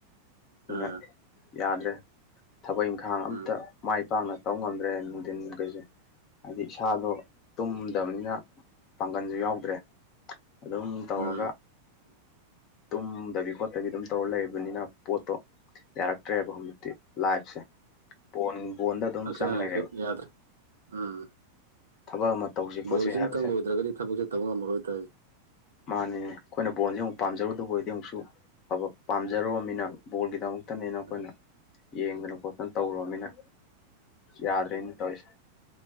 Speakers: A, on the left; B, on the right.
A: ꯑꯗꯨꯅ
B: ꯑꯥ
A: ꯌꯥꯗ꯭ꯔꯦ ꯊꯕꯛ ꯏꯪꯈꯥꯡ ꯑꯝꯇ
B: ꯎꯝ
A: ꯃꯥꯏ ꯄꯥꯛꯅ ꯇꯧ ꯉꯝꯗ꯭ꯔꯦ ꯅꯨꯡꯗꯤꯟꯒꯖꯦ ꯍꯥꯏꯗꯤ ꯏꯁꯥꯗꯣ ꯇꯨꯝꯗꯕꯅꯤꯅ ꯄꯥꯡꯒꯟꯖꯨ ꯌꯥꯎꯗ꯭ꯔꯦ ꯑꯗꯨꯝ ꯇꯧꯔꯒ
B: ꯎꯝ
A: ꯇꯨꯝꯗꯕꯤ ꯈꯣꯠꯇꯕꯤ ꯑꯗꯨꯝ ꯇꯧꯔ ꯂꯩꯕꯅꯤꯅ ꯄꯣꯠꯇꯣ ꯌꯥꯔꯛꯇ꯭ꯔꯦꯕ ꯍꯧꯖꯤꯛꯇꯤ ꯂꯥꯏꯐꯁꯦ ꯄꯣꯟ ꯕꯣꯟꯗ ꯑꯗꯨꯝ
B: ꯍꯛꯆꯥꯡ
A: ꯆꯪ ꯂꯩꯔꯦꯕ
B: ꯖꯦ ꯌꯥꯗ꯭ꯔꯦ ꯎꯝ
A: ꯊꯕꯛ ꯑꯃ ꯇꯧꯁꯤ ꯈꯣꯠꯁꯤ
B: ꯕꯣꯜꯖꯤ
A: ꯍꯥꯏꯕꯁꯦ
B: ꯑꯃꯇꯪ ꯂꯣꯏꯗ꯭ꯔꯒꯗꯤ ꯊꯕꯛ ꯆꯠꯇꯕ‌ ꯉꯝꯃꯔꯣꯏ ꯇꯥꯏ
A: ꯃꯥꯅꯤꯅꯦ ꯈꯣꯏꯅ ꯕꯣꯜꯖꯦ ꯑꯃꯨꯛ ꯄꯥꯝꯖꯔꯨꯗꯕꯨ ꯑꯣꯏꯗꯤ ꯑꯃꯨꯛꯁꯨ ꯐꯕ ꯄꯥꯝꯖꯔꯣꯝꯃꯤꯅ ꯕꯣꯜꯒꯤꯗꯃꯛ ꯇꯅꯦꯅ ꯈꯣꯏꯅ
B: ꯑꯥ
A: ꯌꯦꯡꯗꯅ ꯈꯣꯠꯇꯅ ꯇꯧꯔꯣꯅꯤꯅ ꯌꯥꯗ꯭ꯔꯦꯅ ꯇꯧꯔꯤꯁꯦ